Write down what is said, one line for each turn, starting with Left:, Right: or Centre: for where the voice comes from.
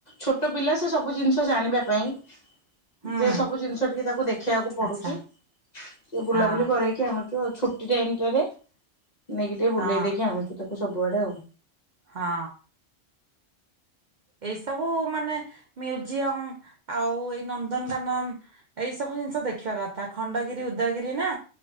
Left: ଛୋଟ ପିଲା ସେ ସବୁ ଜିନିଷ ଜାଣିବା ପାଇଁ।
Right: ହୁଁ
Left: ଯେ ସବୁ ଜିନିଷ ଟିକେ ତାକୁ ଦେଖିବାକୁ ପଡୁଛି
Right: ଆଚ୍ଛା
Left: ଟିକେ ବୁଲାବୁଲି
Right: ହଁ
Left: କରରେଇକି ଆଣୁ ଯୋ ଛୁଟି ଟାଇମ ଟାରେ ନେଇକି ଟିକେ
Right: ହଁ
Left: ବୁଲେଇ ଦେଇକି ଆଣୁଛୁ ତାକୁ ସବୁଆଡେ ଆଉ।
Right: ହଁ ଏଇ ସବୁ ମାନେ ମ୍ୟୁଜିୟମ ଆଉ ଏଇ ନନ୍ଦନକାନନ ଏଇ ସବୁ। ସବୁ ଜିନିଷ ଦେଖିବା କଥା ଖଣ୍ଡଗିରି ଉଦୟଗିରି ନା।